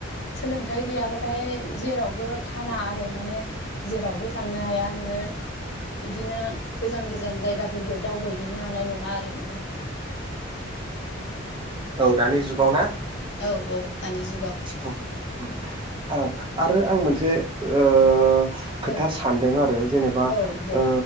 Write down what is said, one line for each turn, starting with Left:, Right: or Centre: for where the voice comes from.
Left: सोलोंथाइ गैयाबाथाय जेरावबो खाना आरो माने जेरावबो थांनो हाया नोङो इदिनो गोजान गोजान जायगाफोरबो दावबायहैनो हानाय नङा आरो नोङो।
Right: औ दानि जुगाव ना?
Left: औ औ दानि जुगाव।
Right: उम उम ओ आरो आं मोनसे ओ खोथा
Left: औ
Right: सानदों आरो जेनेबा
Left: औ दे
Right: ओ